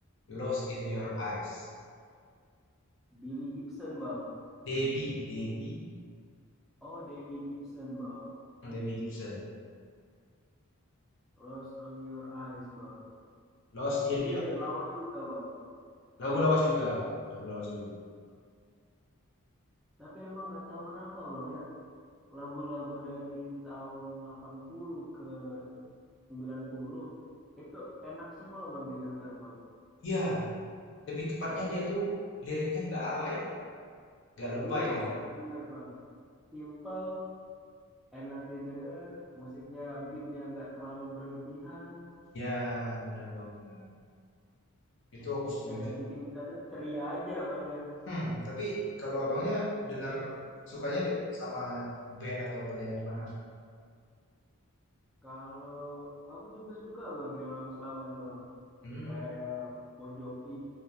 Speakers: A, on the left; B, in the centre.
A: Lost in Your Eyes
B: Billy Gibson bang.
A: Debbie Debbie
B: Oh, Debbie Gibson bang.
A: Debbie Gibson
B: Lost on Your Eyes, Bang.
A: Lost in
B: Ini
A: Your
B: lawas juga, Bang.
A: lagu lawas juga lagu lawas juga
B: Tapi emang nggak tahu kenapa, Bang, ya. Lagu-lagu dari tahun 80 ke 90 itu enak semua, Bang, didengar, Bang.
A: iya lebih tepatnya dia tuh liriknya nggak alay nggak lebay
B: Iya,
A: lirik
B: bener, Bang. Simple, enak didengar, musiknya, beatnya nggak terlalu berlebihan.
A: ya benar banget itu aku setuju
B: Kayak bikin kita tuh ceria aja, Bang, ya.
A: Hmm, tapi kalau abangnya dengar sukanya de- sama band atau penyanyi mana?
B: Kalau aku juga suka, Bang, yang lawas-lawas, Bang.
A: Hmm,
B: Kayak Bon Jovi,